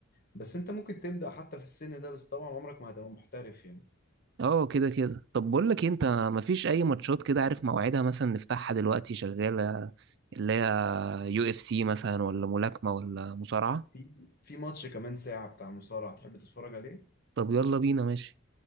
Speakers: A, on the left (about 45°); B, on the right (about 55°).
A: بس انت ممكن تبدأ حتى في السن ده بس طبعا عمرك ما هتبقى محترف يعني
B: اه كده كده طب بقول لك إيه، انت مفيش اي ماتشات كده عارف موعدها مثلا نفتحها دلوقتي شغالة اللي هي يو اف سي مثلا ولا ملاكمة ولا مصارعة
A: في في ماتش كمان ساعة بتاع مصارعة تحب تتفرج عليه
B: طب يلا بينا ماشي